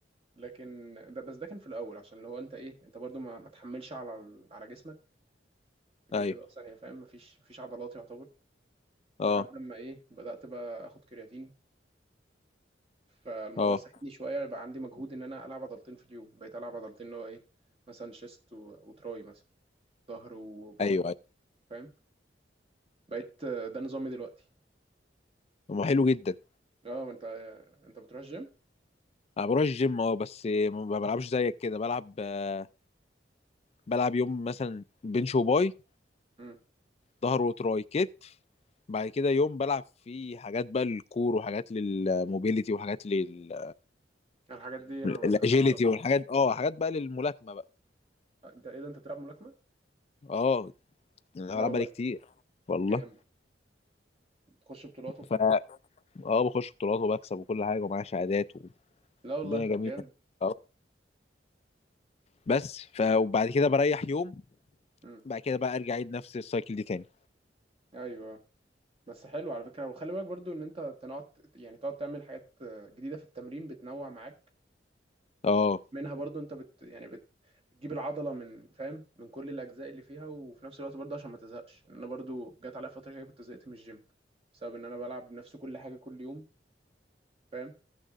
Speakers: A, on the right; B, on the left.
A: لكن ده بس ده كان في الاول عشان اللي هو انت ايه انت برضو ما ما تحملش على على جسمك
B: ايوه
A: كده كده اصلا يعني فاهم مفيش مفيش عضلات يعتبر
B: اه
A: لحد ما ايه بدات بقى اخد كرياتين فالموضوع
B: اه
A: ساعدني شويه بقى عندي مجهود ان انا العب عضلتين في اليوم بقيت العب عضلتين اللي هو ايه مثلا شيست و... وتراي مثلا ظهر وباي
B: ايوه ايوه
A: فاهم بقيت آه، ده نظامي دلوقتي
B: ما حلو جدا
A: اه ما انت انت بتروح الجيم
B: انا بروح الجيم اه بس ما بلعبش زيك كده بلعب آه، بلعب يوم مثلا بنش وباي
A: امم
B: ظهر وتراي كتف بعد كده يوم بلعب فيه حاجات بقى للكور وحاجات للموبيليتي وحاجات لل
A: الحاجات دي انا ما
B: للاجيليتي
A: بفهمهاش قوي
B: والحاجات اه حاجات بقى للملاكمه بقى
A: انت ايه ده انت بتلعب ملاكمه
B: اه انا
A: لا
B: بلعب
A: والله
B: بقالي كتير والله
A: جامد تخش بطولات وبتاع
B: ف اه بخش بطولات وبكسب وكل حاجه ومعايا شهادات
A: لا والله
B: الدنيا
A: طب
B: جميله
A: جامد
B: اه بس ف وبعد كده بريح يوم
A: امم
B: بعد كده بقى ارجع اعيد نفس السايكل دي تاني
A: ايوه بس حلو على فكرة وخلي بالك برضو ان انت تقعد يعني تقعد تعمل حاجات جديدة في التمرين بتنوع معاك
B: اه
A: منها برضو انت بت يعني بت بتجيب العضلة من فاهم من كل الاجزاء اللي فيها وفي نفس الوقت برضو عشان ما تزهقش ان انا برضو جات عليا فترة كده كنت زهقت من الجيم بسبب ان انا بلعب نفس كل حاجة كل يوم فاهم